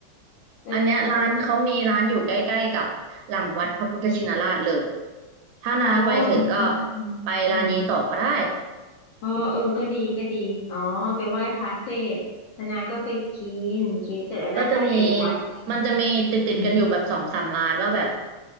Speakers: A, on the left; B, on the right.
A: เออเออ
B: อันเนี้ยร้านเขามีร้านอยู่ใกล้ๆกับหลังวัดพระพุทธชินราชเลยถ้านาไปถึงก็
A: อ๋ออย่างงี้อืมอืม
B: ไปร้านนี้ต่อก็ได้
A: อ๋อเออก็ดีก็ดีอ๋อไปไหว้พระเสร็จแล้วนาก็ไปกินกินเสร็จแล้วนาค่อยไปอีกวัดหนึ่ง
B: ก็จะมีมันจะมีติดติดกันอยู่แบบสองสามร้านว่าแบบ
A: อืม